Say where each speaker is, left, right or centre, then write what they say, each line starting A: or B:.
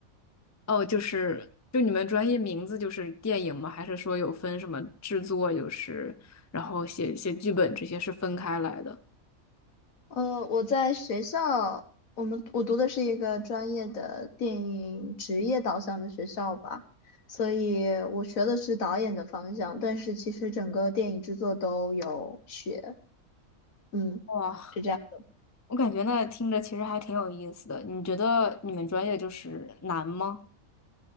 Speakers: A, on the left; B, on the left.
A: 哦，就是就你们专业名字就是电影吗？还是说有分什么制作，就是然后写写剧本这些是分开来的？
B: 呃，我在学校，我们我读的是一个专业的电影职业导向的学校吧，所以我学的是导演的方向，但是其实整个电影制作都有学，嗯，
A: 哇，
B: 是这样的。
A: 我感觉那听着其实还挺有意思的。你觉得你们专业就是难吗？